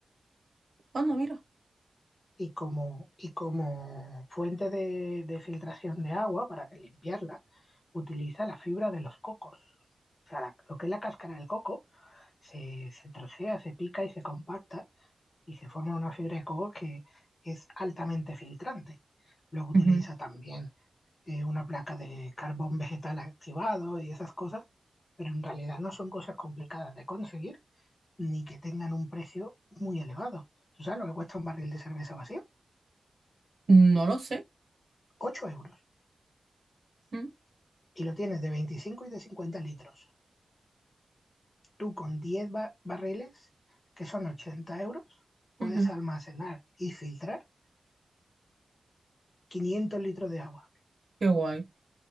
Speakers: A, on the right (about 55°); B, on the left (about 45°).
A: Anda, mira.
B: y como, y como fuente de, de filtración de agua para que limpiarla utiliza la fibra de los cocos. O sea, la- lo que es la cáscara del coco se, se trocea, se pica y se compacta y se forma una fibra de coco que es altamente filtrante. Luego utiliza
A: Ujú.
B: también eh, una placa de carbón vegetal activado y esas cosas, pero en realidad no son cosas complicadas de conseguir ni que tengan un precio muy elevado. ¿Tú sabes lo que cuesta un barril de cerveza vacío?
A: No lo sé.
B: 8 euros.
A: Mm.
B: Y lo tienes de 25 y de 50 litros. Tú con 10 ba- barriles, que son 80 euros, puedes
A: Ujú.
B: almacenar y filtrar 500 litros de agua.
A: Qué guay.